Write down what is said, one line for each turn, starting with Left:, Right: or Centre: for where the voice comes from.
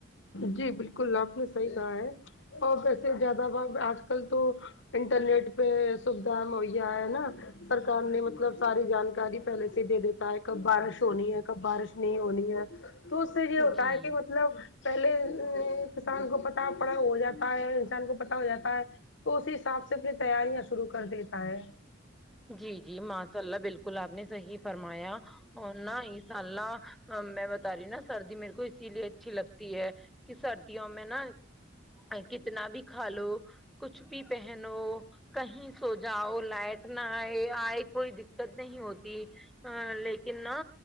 Left: جی بالکل آپ نے صحیح کہا ہے اور ویسے زیادہ باگ آج کل تو انٹرنیٹ پہ سویدھا مہیا ہے نا سرکار نے مطلب ساری جانکاری پہلے سے ہی دے دیتا ہے کب بارش ہونی ہے کب بارش نہیں ہونی ہے تو اس سے کیا
Centre: جی
Left: مطلب پہلے کسان کو پتا پڑا ہو جاتا ہے انسان کو پتا ہو جاتا ہے تو اسی حساب سے اپنی تیاریاں شروع کر دیتا ہے
Centre: جی جی ماشاء اللہ بالکل آپ نے صحیح فرمایا اور نا انشاء اللہ میں بتا رہی نا سردی میرے کو اسی لیے اچھی لگتی ہے کہ سردیوں میں نا کتنا بھی کھا لو کچھ بھی پہنو کہیں سو جاؤ لائٹ نہ آئے آئے کوئی دق ت نہیں ہوتی اں لیکن نا